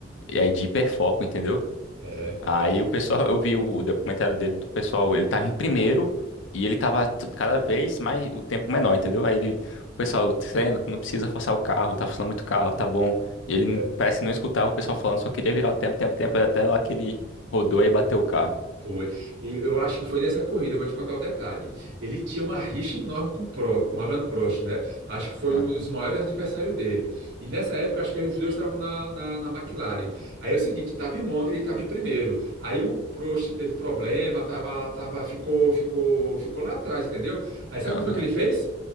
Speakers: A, on the left (about 75°); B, on the right (about 65°).
A: é de hiperfoco, entendeu?
B: É,
A: Aí
B: é.
A: o pessoal, eu vi o documentário dele do pessoal, ele tava em primeiro e ele tava t- cada vez mais o tempo menor, entendeu? Aí ele, o pessoal, treina, tu não precisa forçar o carro, tá forçando muito o carro, tá bom. E ele
B: é.
A: não- parece que não escutava o pessoal falando, só queria virar o tempo, tempo, tempo, até lá que ele rodou e bateu o carro.
B: Foi. E Eu acho que foi nessa corrida, eu vou te contar o detalhe. Ele tinha uma rixa enorme com, o Pro, com o Alan Prost, né? Acho que foi um
A: Ah,
B: dos maiores adversários dele. E nessa época, acho que os dois estavam na, na, na McLaren. Aí é o seguinte, estava em Monza e ele estava em primeiro. Aí o Prost teve problema, tava, tava, ficou, ficou, ficou lá atrás, entendeu? Aí sabe
A: Aham.
B: o que foi que ele fez?